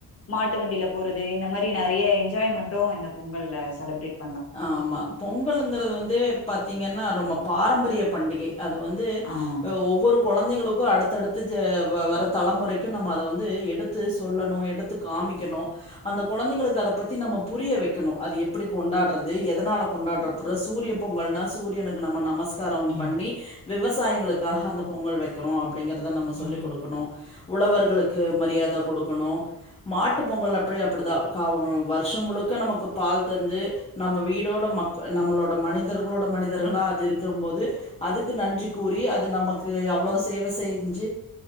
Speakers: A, on the left (about 40°); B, on the left (about 15°).
A: மாட்டு வண்டியில போறது இந்த மாரி நெறைய என்ஜாய்மெண்டு இந்த பொங்கல்ல செலப்ரேட்
B: ஆமா பொங்கலுங்குறது வந்து பத் திங்கன்னா ரொம்ப பாரம்பரிய பண்டிகை அது வந்து
A: ஆமா மேம்
B: ஒவ்வொரு கொழந்தைங்களுக்கு அடுத்து அடுத்து ஜ வ வர தலைமுறைக்கு நம்ம அத வந்து எடுத்து சொல்லணு எடுத்து காமிக்கணு அந்த கொழந்தைங்களுக்கு அத பத்தி நம்ம புரியவைக்கணு அது எப்டி கொண்டாடுற து எதனால கொண்டாப்பட்து சூரிய பொங்கல்னா சூரியனுக்கு நம்ம நமஸ் தரொ பண்ணி
A: ம்
B: விவசாய்களுக்காக அந்த பொங்கல் வைக்கிறோ அப் டிங்கிறத நம்ம சொல்லி
A: ம்
B: கொடுக்கணு உழவர்களுக்கு மரியாத கொடுக்கணு மாட்டுப் பொங்கல் அப்படியே அப்டி தா கா வு வருஷம் முழுக்க நமக்கு பால் தந்து நம்ம வீடோட மக்க நம்மளோட மனிதர்களோட மனிதர்களா அது இருக்கும்போது அதுக்கு நன்றி கூறி அது நமக்கு அவ்ளோ சேவை செஞ்சு